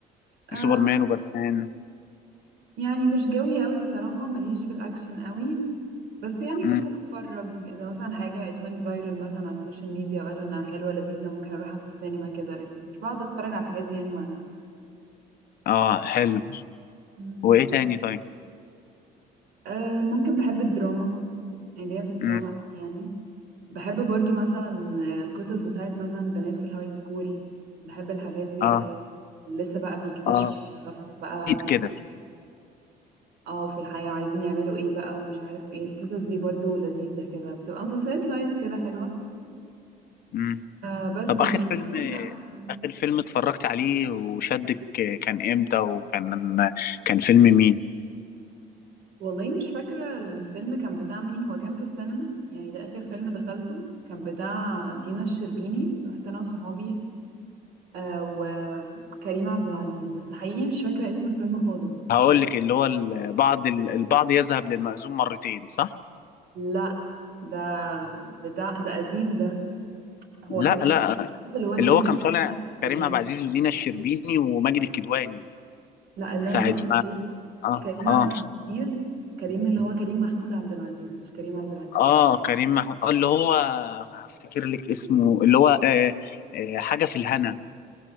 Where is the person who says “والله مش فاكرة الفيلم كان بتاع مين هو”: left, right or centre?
Right